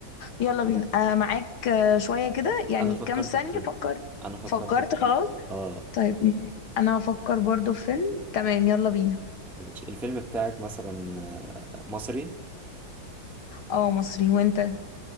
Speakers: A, on the left; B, in the centre.
A: يلا بينا آه معاك آه شويه كده يعني
B: انا فكرت
A: كام ثانيه
B: في فيلم
A: فكر
B: انا فكرت
A: فكرت
B: في فيلم
A: خلاص
B: اه
A: طيب ماشي انا هفكر برضو في فيلم تمام يلا بينا
B: ماشي الفيلم بتاعك مثلا آه، مصري
A: اه مصري وانت